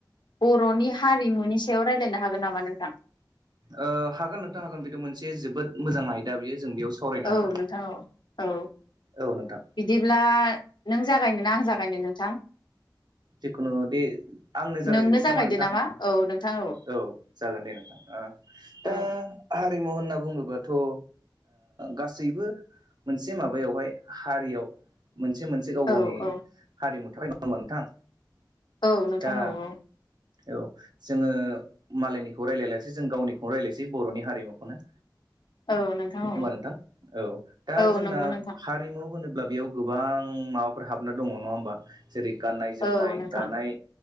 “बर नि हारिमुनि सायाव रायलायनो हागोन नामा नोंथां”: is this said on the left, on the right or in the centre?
Left